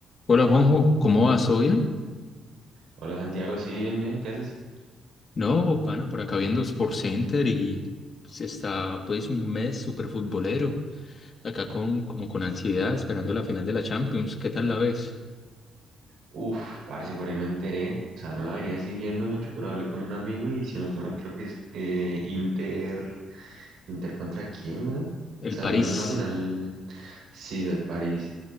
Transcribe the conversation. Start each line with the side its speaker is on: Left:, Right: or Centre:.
Left: Hola Juanjo, ¿cómo vas? ¿Todo bien?
Right: Hola Santiago, sí, bien, bien, ¿qué haces?
Left: No, pana, por acá viendo Sport Center y se está pues un mes súper futbolero, acá con como con ansiedad esperando la final de la Champions, ¿qué tal la ves?
Right: Uf, parce, por ahí me enteré, o sea, no la venía siguiendo mucho, pero hablé con un amigo y si no estoy mal, creo que es eh, Inter, ¿Inter contra quién, güey? O
Left: El
Right: sea,
Left: París.
Right: no es una final, sí, es París,